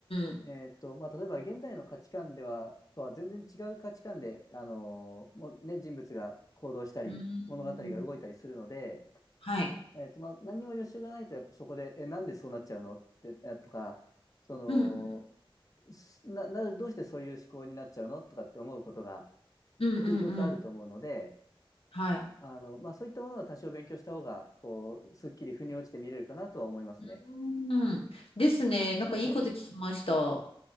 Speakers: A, on the left; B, on the left.
A: ん。
B: えーっと、まあ、例えば現代の価値観では、とは全然違う価値観で、あのーもうね、人物が行動したり、
A: うん。
B: 物語が動いたりするので、
A: はい。
B: えーっと、まあ、何にも予習がないと、やっぱそこで、え、なんでそうなっちゃうのって、えとか、その、
A: うん、
B: すな、な、どうしてそういう思考になっちゃうのとかって思うことが
A: うん、うん、うん。
B: よよくあると思うので、
A: はい。
B: あの、まあ、そういったものは多少勉強した方が、こう、すっきり腑に落ちて見れるかなとは思いますね。
A: うん。ですね。なんかいいこと聞きました。
B: はい。